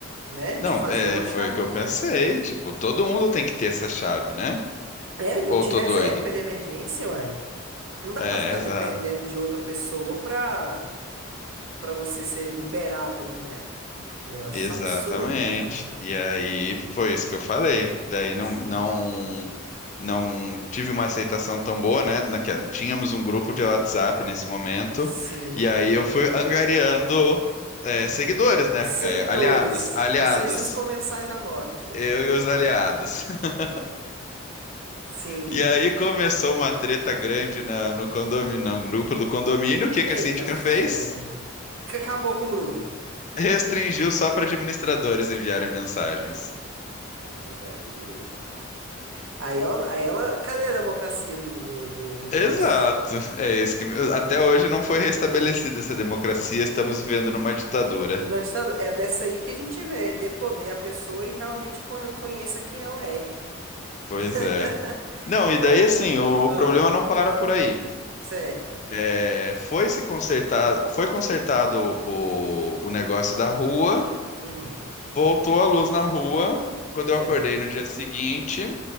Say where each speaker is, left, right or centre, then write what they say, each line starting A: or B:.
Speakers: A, on the right; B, on the left.
A: né?
B: Não,
A: De fazer
B: é,
A: uma
B: foi
A: chavinha.
B: o que eu pensei, tipo, todo mundo tem que ter essa chave, né?
A: É, de
B: Ou
A: um de
B: eu tô
A: reserva
B: doido?
A: de emergência, uai. Não dá
B: É,
A: pra ficar
B: exato.
A: dependendo de outra pessoa pra, pra você ser liberado ali, né? Eu acho
B: Exatamente.
A: isso um absurdo, cara.
B: E aí foi isso que eu falei. Daí não
A: Sim.
B: não não tive uma aceitação tão boa, né? Naque- Tínhamos um grupo de WhatsApp nesse momento,
A: Sim.
B: e aí eu fui angariando é, seguidores, né?
A: Seguidores,
B: É, aliados, aliados.
A: vocês e os comensais da morte. Aham.
B: Eu e os aliados. <laughs>
A: Sim.
B: E aí começou uma treta grande na- no condomínio, no grupo do condomínio. O que
A: Eita
B: que a síndica
A: ferro.
B: fez?
A: Que Acabou com o grupo.
B: Restringiu só para administradores enviarem mensagens.
A: Mas aí. não. Aí ela, aí ela. Cadê a democracia do, do, do, do negócio?
B: Exato. É isso que até hoje não foi restabelecida essa democracia, estamos vivendo numa ditadura.
A: na ditadura. É dessa aí que a gente vê, dê poder à pessoa e realmente con- conheça quem ela é.
B: Pois
A: <laughs>
B: é. Não,
A: Mas,
B: e daí assim, o,
A: ah,
B: o problema não para por aí.
A: certo.
B: É, foi se consertar, foi consertado o, o negócio da rua,
A: Uhum,
B: voltou a luz na rua. Quando
A: certo.
B: eu acordei no dia seguinte,